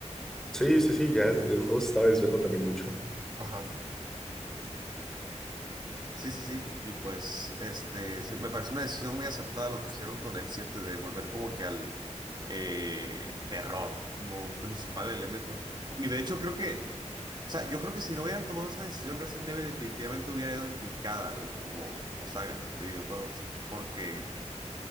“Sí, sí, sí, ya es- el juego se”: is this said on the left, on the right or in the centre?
Centre